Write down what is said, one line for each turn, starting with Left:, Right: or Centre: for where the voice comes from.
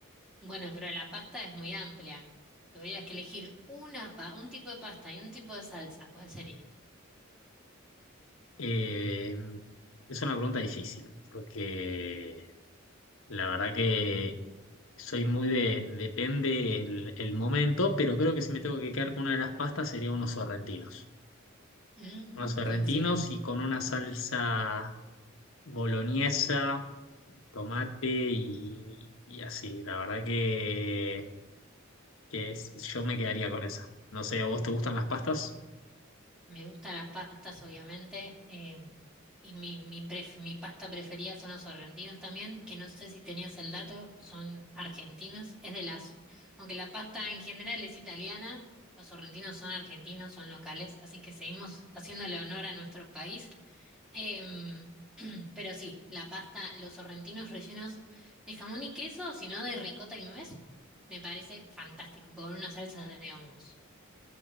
Centre: Bueno, pero la pasta es muy amplia. Tuvieras que elegir una pa- un tipo de pasta y un tipo de salsa. ¿Cuál sería?
Left: Eh, es una pregunta difícil, porque la verdad que soy muy de, depende el, el momento, pero creo que si me tengo que quedar con una de las pastas sería unos sorrentinos.
Centre: Mm,
Left: Unos sorrentinos
Centre: coincido.
Left: y con una salsa boloñesa tomate y, y así. La verdad que, que es- yo me quedaría con esa. No sé, ¿a vos te gustan las pastas?
Centre: Me gustan las pastas, obviamente. em, y mi, mi, pref- mi pasta preferida son los sorrentinos también, que no sé si tenías el dato, son argentinos. Es de las... Aunque la pasta en general es italiana, los sorrentinos son argentinos, son locales. Así que seguimos haciéndole honor a nuestro país. Em, <clears throat> pero sí, la pasta, los sorrentinos rellenos de jamón y queso, sino de ricota y nuez, me parece fantástico, con una salsa de hongos.